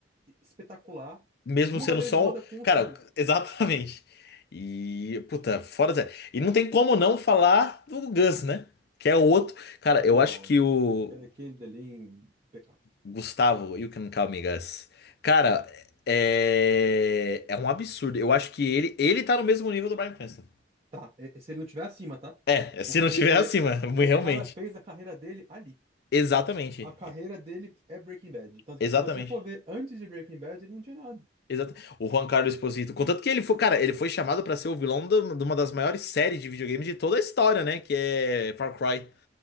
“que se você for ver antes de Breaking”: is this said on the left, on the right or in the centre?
Right